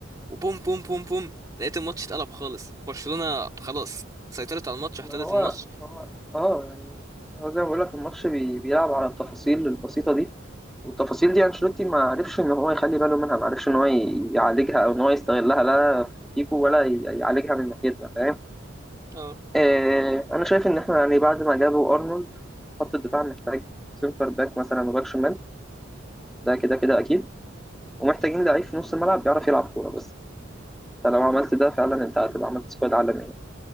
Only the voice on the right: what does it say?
وبوم بوم بوم بوم لقيت الماتش اتقلب خالص برشلونه خلاص سيطرت على الماتش واحتلت
الماتش
اه